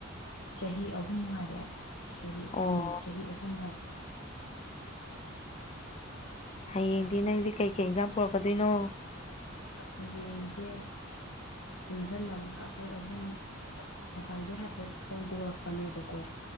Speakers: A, on the left; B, on the left.
A: ꯆꯍꯤ ꯑꯍꯨꯝ ꯍꯥꯏꯔꯛꯑꯦ ꯆꯍꯤ
B: ꯑꯣ
A: ꯎꯝ ꯆꯍꯤ ꯑꯍꯨꯝ ꯍꯥꯏꯔꯛꯑꯦ
B: ꯍꯌꯦꯡꯗꯤ ꯅꯪꯗꯤ ꯀꯩꯀꯩ ꯏꯟꯖꯥꯡ ꯄꯨꯔꯛꯀꯗꯣꯏꯅꯣ
A: ꯍꯌꯦꯡꯁꯦ ꯄꯨꯟꯁꯤꯜꯂꯒ ꯑꯩꯈꯣꯏ ꯑꯍꯨꯝ ꯉꯁꯥꯏꯗꯣ ꯍꯥꯏꯐꯦꯠ ꯍꯧꯗꯣꯔꯛꯄꯅꯦꯕꯀꯣ